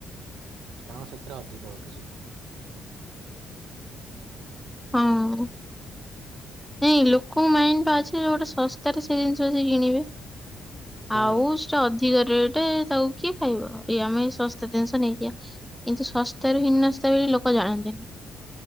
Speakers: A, on the right; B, in the centre.
A: କାରଣ ସେଥିରେ ଅଧିକ ଉଠୁଛି
B: ହଁ ନାଇଁ ଲୋକଙ୍କ ମାଇଣ୍ଡ ଟା ଅଛି ଜଉଠି ଶସ୍ତାରେ ସେ ଜିନିଷ ଯାଇ କିଣିବେ
A: ହୁଁ
B: ଆଉ ସେଟା ଅଧିକ ରେଟ ତାକୁ କିଏ ଖାଇବ। ଇଏ ଆମେ ଏଇ ଶସ୍ତା ଜିନିଷ ନେଇଯିବା। କିନ୍ତୁ ଶସ୍ତା ରୁ ହିନସ୍ତା ବୋଲି ଲୋକ ଜାଣନ୍ତିନି।